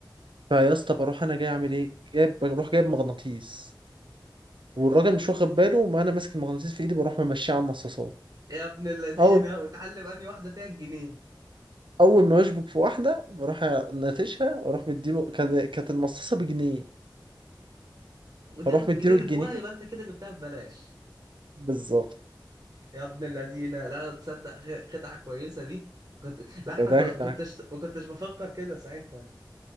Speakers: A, on the right; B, on the right.
A: فيا اسطى بروح انا جاي اعمل ايه جايب بروح جايب مغناطيس والراجل مش واخد باله وانا ماسك المغناطيس في ايدي بروح ممشيه على المصاصات
B: يا ابن اللذينه
A: اول
B: وتعلم اني واحده فيها الجنيه
A: اول ما يشبك في واحده بروح ناتشها واروح مديله كان كانت المصاصه بجنيه
B: وتاخد
A: فاروح
B: الجنيه
A: مديله
B: اللي
A: الجنيه
B: جواها يبقى انت كده جبتها ببلاش
A: بالظبط
B: يا ابن اللذينه لا تصدق خ- خدعه كويسه دي كنت لا احنا
A: ده ده
B: كو-
A: ده
B: كنتش ما كنتش بفكر كده ساعتها